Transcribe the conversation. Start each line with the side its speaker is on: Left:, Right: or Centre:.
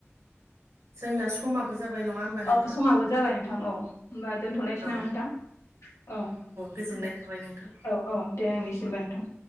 Right: जोंना समाबो जाबाय नङा होमबा नोंथां
Left: औ समाबो जाबाय नोंथां औ होमबा दोन्थ'लायनोसै
Right: औ
Left: नामा नोंथां? औ
Right: गोजोननाय
Left: दे
Right: थाबाय नोंथां
Left: औ औ दे नोंनिसिमबो नोंथां।